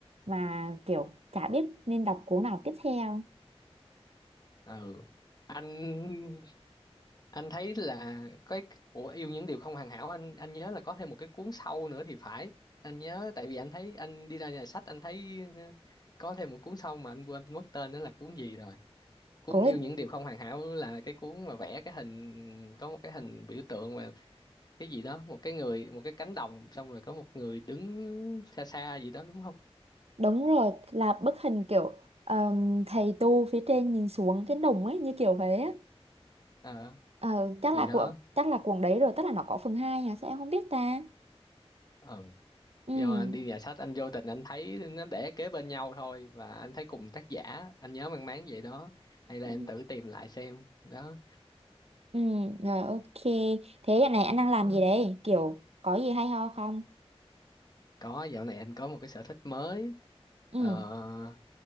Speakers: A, on the right; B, on the left.
A: Mà kiểu chả biết nên đọc cuốn nào tiếp theo.
B: Ừ. anh anh thấy là cái của yêu những điều không hoàn hảo anh anh nhớ là có thêm một cái cuốn sau nữa thì phải anh nhớ tại vì anh thấy anh đi ra nhà sách anh thấy ờ, có thêm một cuốn sau mà anh quên mất tên nữa là cuốn gì rồi cuốn
A: Ôi,
B: yêu những điều không hoàn hảo là cái cuốn mà vẽ cái hình có một cái hình biểu tượng mà cái gì đó một cái người một cái cánh đồng xong rồi có một người đứng xa xa gì đó đúng không
A: đúng rồi, là bức hình kiểu ờm, thầy tu phía trên nhìn xuống cái đồng ấy như kiểu thế á.
B: ờ
A: Ờ, chắc
B: thì
A: là
B: đó
A: của chắc là cuộn đấy rồi, tức là nó có phần 2 à, sao em không biết ta?
B: ờ.
A: Ừ.
B: do anh đi nhà sách anh vô tình anh thấy nó để kế bên nhau thôi và anh thấy cùng tác giả anh nhớ mang máng vậy đó hay là
A: Ừ.
B: em tự tìm lại xem đó
A: Ừ, rồi ok. Thế giờ này anh đang làm
B: Ừ.
A: gì đấy? Kiểu có gì hay ho không?
B: có dạo này anh có một cái sở thích mới
A: Ừ.
B: ờ,